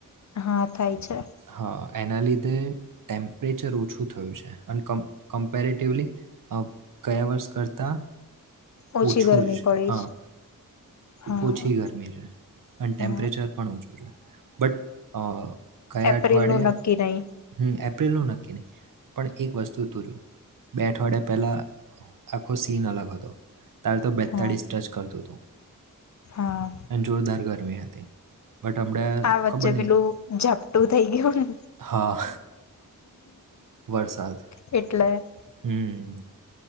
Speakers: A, on the left (about 55°); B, on the right (about 65°).
A: હા થાય છે.
B: હા એના લીધે ટેમ્પરેચર ઓછું થયું છે, અને <unintelligible> કમ્પેરેટિવલી કયા વર્ષ કરતાં.
A: ઓછી
B: ઓછું
A: ગરમી
B: છે,
A: પડી
B: હા
A: જ હા
B: ઓછી ગરમી છે, અને ટેમ્પરેચર
A: હા
B: પણ ઓછું છે. બટ કયા
A: એપ્રિલ
B: અઠવાડિયે.
A: નું નક્કી નહી
B: હ એપ્રિલનું નક્કી નહીં પણ એક વસ્તુ તુંરું બે અઠવાડિયા પહેલાં આખો સીન અલગ હતો. તાર તો બેતાળીસ
A: હા
B: ટચ <unintelligible> હતું.
A: હા
B: અને જોરદાર ગરવી હતી. બટ હમણાં
A: આ વચ્ચે
B: ખબર નહીં
A: પેલું ઝપટું થઈ ગયુંને.
B: હા વરસાદ
A: એટલે
B: હમ